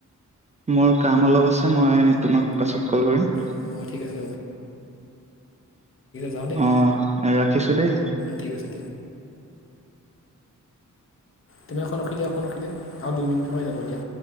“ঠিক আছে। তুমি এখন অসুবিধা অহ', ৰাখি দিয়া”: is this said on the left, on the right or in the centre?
Left